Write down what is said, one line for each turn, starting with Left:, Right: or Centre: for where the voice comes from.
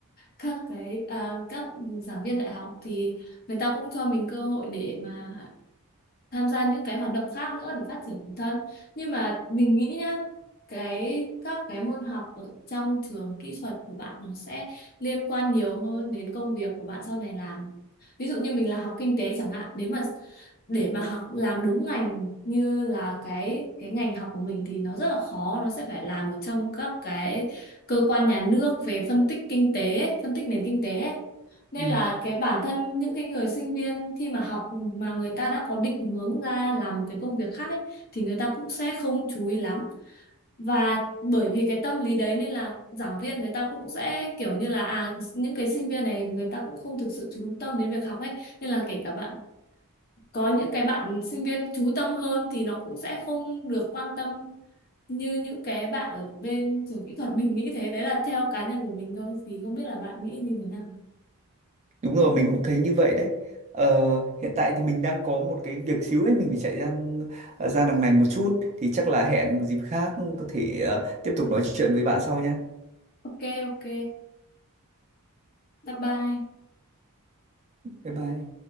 Left: các cái à, các giảng viên đại học thì người ta cũng cho mình cơ hội để mà tham gia những cái hoạt động khác nữa để phát triển bản thân nhưng mà mình nghĩ nhá cái các cái môn học ở trong trường kỹ thuật của bạn nó sẽ liên quan nhiều hơn đến công việc của bạn sau này làm ví dụ như mình là học kinh tế chẳng hạn nếu mà để mà học làm đúng ngành như là cái cái ngành học của mình thì nó rất là khó nó sẽ phải làm ở trong các cái cơ quan nhà nước về phân tích kinh tế ấy, phân tích nền kinh tế ấy. Nên
Right: Ừ.
Left: là cái bản thân những cái người sinh viên khi mà học mà người ta đã có định hướng ra làm một cái công việc khác ấy thì người ta cũng sẽ không chú ý lắm. Và bởi vì cái tâm lý đấy nên là giảng viên người ta cũng sẽ kiểu như là à những cái sinh viên này người ta cũng không thực sự chú tâm đến việc học ấy nên là kể cả bạn có những cái bạn sinh viên chú tâm hơn thì nó cũng sẽ không được quan tâm như những cái bạn ở bên trường kỹ thuật mình nghĩ thế đấy là theo cá nhân của mình thôi thì không biết là bạn nghĩ như thế nào.
Right: Đúng rồi, mình cũng thấy như vậy đấy. Ờ, hiện tại thì mình đang có một cái việc xíu ấy, mình phải chạy ra ra đằng này một chút. Thì chắc là hẹn một dịp khác có thể ờ, tiếp tục nói chuyện với bạn sau nha.
Left: Ok ok Bye bye.
Right: Bye bye.